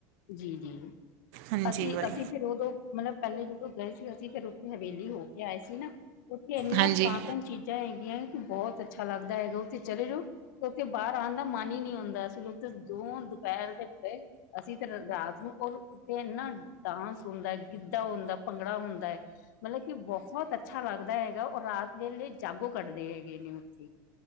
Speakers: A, on the left; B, on the right.
A: ਜੀ- ਜੀ
B: ਹਾਂਜੀ
A: ਅਸੀ-
B: ਬਾਈ
A: ਅਸੀ ਫਿਰ ਉਦੋ ਮਤਲਬ ਪਹਿਲੇ ਜਦੋ ਗਏ ਸੀ ਅਸੀ ਫਿਰ ਉਥੇ ਹਵੇਲੀ ਹੋ ਕੇ ਆਏ ਸੀ ਨਾ ਉਥੇ ਇੰਨੀਆਂ
B: ਹਾਂਜੀ
A: ਪੁਰਾਤਨ ਚੀਜਾ ਹੈਗੀਆਂ ਕਿ ਬਹੁਤ ਅੱਛਾ ਲੱਗਦਾ ਹੈਗਾ। ਅ ਉਥੇ ਚਲੇ ਜਾਓ ਤਾਂ ਉਥੋ ਬਾਹਰ ਆਉਣ ਦਾ ਮਨ ਹੀ ਨਹੀ ਹੁੰਦਾਸੀ ਲੋਕ ਤਾਂ ਦੋ ਦੁਪਹਿਰ ਗਏ। ਫਿਰ ਰਾਤ ਨੂੰ ਉਥੇ ਨਾ ਡਾਂਸ ਹੁੰਦਾ ਗਿੱਧਾ ਹੁੰਦਾ ਭੰਗੜਾ ਹੁੰਦਾ ਹੈ। ਮਤਲਬ ਕਿ ਬਹੁਤ ਅੱਛਾ ਲੱਗਦਾ ਹੈਗਾ ਰਾਤ ਵੇਲੇ ਜਾਗੋ ਕੱਢਦੇ ਹੈਗੇ ਨੇ ਉਥੇ।